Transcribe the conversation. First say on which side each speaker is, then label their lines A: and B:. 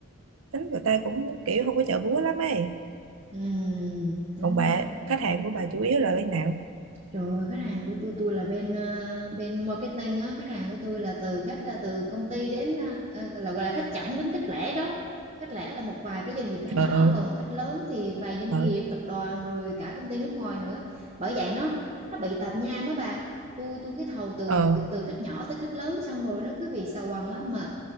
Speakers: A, on the right (about 80°); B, on the right (about 30°).
A: tính người ta cũng kiểu không có chợ búa lắm ấy
B: Ừm, tính
A: còn bà
B: ra
A: khách hàng của bà chủ yếu là bên nào
B: Trời ơi, khách hàng của tôi tôi là bên ờ, bên marketing á, khách hàng của tôi là từ khách ờ, từ công ty đến ờ, ờ, là gọi là khách chẵn đến khách lẻ đó. Khách lẻ là một vài cái doanh nghiệp nhỏ nhỏ
A: ờ
B: còn khách lớn thì vài doanh
A: ờ
B: nghiệp, tập đoàn rồi cả công ty nước ngoài nữa. Bởi vậy nó nó bị tạp nham á bà. Tôi tôi cái thầu từ
A: ờ
B: từ khách nhỏ tới khách lớn xong rồi nó cứ bị xào quằn á mà